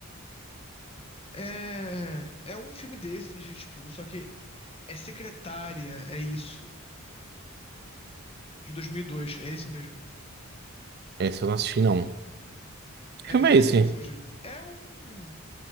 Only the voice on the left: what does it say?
É, é um filme desses, de, tipo, só que é secretária, é isso. De 2002, é esse mesmo.
É
esse
que eu confundi. É um.